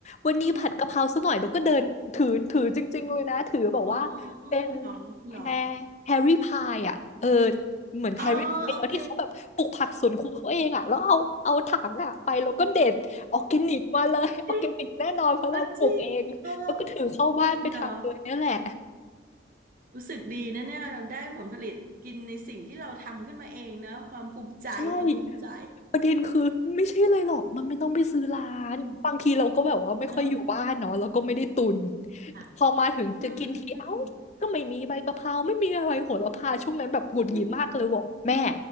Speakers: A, on the left; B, on the right.
A: วันนี้ผัดกะเพราซะหน่อยแล้วก็เดินถือถือจริงๆเลยนะถือแบบว่าเป็น
B: อมอ๋อเหรอเหรอ
A: แพรแพรรี่พายอ่ะเออเหมือนแพรรี่พายเนาะที่เขาแบบปลูกผักสวนครัวเขาเองอ่ะแล้วเอาเอาถังอ่ะไปแล้วก็เด็ดออร์แกนิกมาเลยออร์แกนิกแน่นอนเพราะเราปลูกเองแล้วก็ถือเข้าบ้านไปทำเลยเนี่ยแหละ
B: อ๋อโอเคจริงอ๋อจริงเอ๋อเหรอ รู้สึกดีนะเนี่ยได้ผลผลิตกินในสิ่งที่เราทำขึ้นมาเองนะความภูมิใจความภูมิใจ
A: ใช่ ประเด็นคือไม่ใช่เลยหรอกมันไม่ต้องไปซื้อร้านบางทีเราก็แบบว่าไม่ค่อยอยู่บ้านเนาะเราก็ไม่ได้ตุน
B: อืมเนาะค่ะ
A: พอมาถึงจะกินทีเอ้า
B: อืมอืม
A: ก็ไม่มีใบกะเพราไม่มีอะไรโหระพาช่วงนั้นแบบหงุดหงิดมากเลยบอกแม่
B: อืมอืม